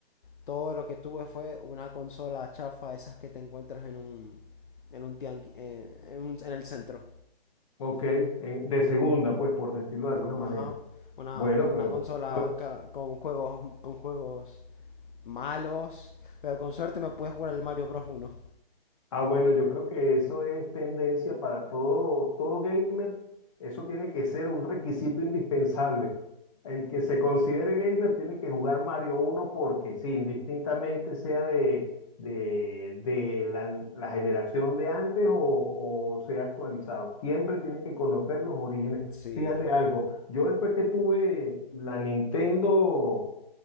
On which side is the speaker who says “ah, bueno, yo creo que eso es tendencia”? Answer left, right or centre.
Left